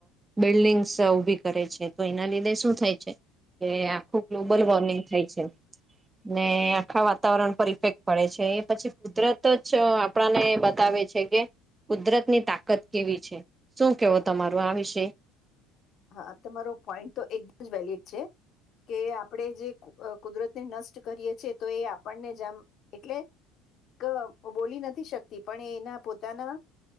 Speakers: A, on the right (about 20°); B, on the left (about 50°).
A: બિલ્ડિંગ્સ ઊભી કરે છે તો એના લીધે શું થાય છે કે આખું ગ્લોબલ વોર્મિંગ થાય છે. ને આખા વાતાવરણ પર ઇફેક્ટ પડે છે એ પછી કુદરત જ આપણને બતાવે છે કે કુદરત ની તાકત કેવી છે. શું કેવો તમારું આ વિષય?
B: હા તમારો પોઈન્ટ તો એકદમ જ વેલિડ છે કે આપણે જે કુદરતને નષ્ટ કરીએ છીએ તો એ આપણને જ એમ એટલે એ બોલી નથી શકતી પણ એ એના પોતાના